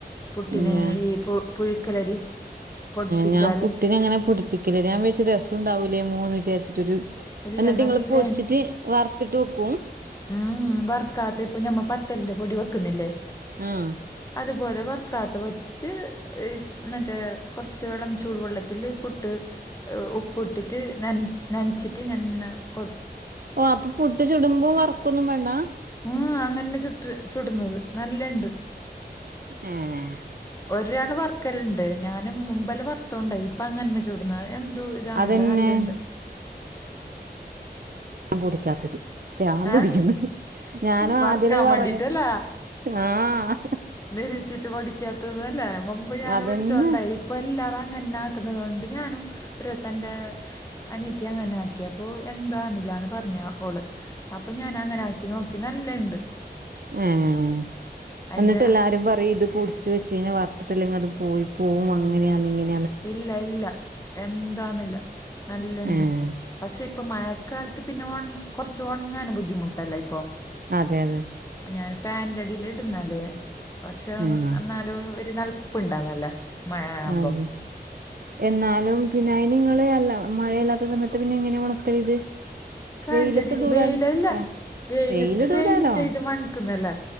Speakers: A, on the left; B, on the right.
A: പുട്ടിനെ
B: പിന്നെ
A: ഈ പൊ പുഴുക്കലരി പൊടിപ്പിച്ചാല്
B: ഞാൻ പുട്ടിനെ അങ്ങനെ പൊ ടിപ്പിക്കല്ലേ ഞാൻ വി രസണ്ടാവൂലേ മൂവിചാരിച്ചിട്ടൊരു
A: ഇല്ല
B: എന്നിട്ട്
A: നല്ല
B: ഇങ്ങള് പൊടിച്ചിട്ട് വറത്ത് ട്ട് വെക്കും
A: ഉമ് വർക്കാതെ ഇപ്പൊ ഞമ്മ പത്തല്ലിന്റെ പൊടി വെക്കുന്നില്ലേ
B: ആഹ്
A: അതുപോലെ വറക്കാതെ വച്ചിട്ട് മറ്റേ കുറച്ച് വെള്ളം ചൂടുവെള്ളത്തില് പുട്ട് ഉപ്പ് ഇട്ടിട്ട് നനച്ചിട്ട് ഇങ്ങനെ കൊടു
B: ഓഹ് അപ്പൊ പുട്ട് ചുടുമ്പും വറക്കൊന്നും വേണ്ട
A: ഉമ് അങ്ങനെ ചുട്ട് ചുടുന്നത് നല്ലണ്ട്
B: ഏഹ്
A: ഒരാള് വർക്കലുണ്ട് ഞാനും മുമ്പല് വറുത്തോണ്ടായി പ്പ അങ്ങന്നെ ചൂടുന്നത് എന്തതു ഇതാന്നില്ല
B: അതന്നെ
A: നല്ല ഉണ്ട്
B: പൊടിക്കാത്തത് പക്ഷെ പ്രാന്തു
A: ഏഹ്
B: പിടിക്കുന്നു ഞാനും
A: വറക്കാൻ
B: ആദ്യത്തെ പറ
A: വേണ്ടീട്ടല്ല.
B: ആഹ്
A: രിച്ചിട്ട് പഠിക്കാത്തന്നല്ലേ മുമ്പ് ഞാന്
B: അതന്നെ
A: പഠിച്ചോണ്ടായി ഇപ്പൊ എല്ലാരും അങ്ങന്നെ ആക്കുന്നുന്നത് കൊണ്ട് ഞാനും ഒരുസന്റെ അനിയത്തി അങ്ങനെ ആക്കിയ അപ്പോ എന്തണില്ലന്ന് പറഞ്ഞ ഞാ ഓള് അപ്പൊ ഞാൻ അങ്ങനെ ആക്കി നോക്കി നല്ല ഇണ്ട്
B: ആഹ്
A: അയിന്റെ
B: എന്നിട്ട് എല്ലാരും പറയും ഇത് പൊടിച്ച വെ- ച വർത്തിട്ടല്ലെങ്കി അത് പോയി പോവും അങ്ങനെയാങ്ങ
A: ഇല്ല ഇല്ല എന്താന്നില്ല നല്ലണ്ട്
B: ഏഹ്
A: പക്ഷെ ഇപ്പൊ മഴക്കാലത്ത് പിന്നെ കുറച്ച് ഉണങ്ങാന് ബുദ്ധിമുട്ടല്ല ഇപ്പൊ
B: അതെ അതെ
A: ഞാൻ ഫാന്റഡീല് ഇടുന്നല്ലേ പക്ഷെ
B: ആഹ്
A: എന്നാലും ഒരു നൽപ്പ് ഇണ്ടന്നല്ല മഴ ആവുമ്പം
B: ആഹ് എന്നാലും പിന്നെ അതി നിങ്ങള് അല്ല മഴയല്ലാത്ത സമയത്ത് പിന്നെ എങ്ങനെയ ഉണക്കൽ ഇത്
A: ഫാൻന്റെ
B: വെയിലത്തിടൂലാലോ
A: ഡി വെയിലല്ല
B: വെ
A: വെയിലത്ത്
B: വെയിലിടൂലാലോ
A: വെയിലിന്റെ ഇത് മണക്കുന്നല്ലേ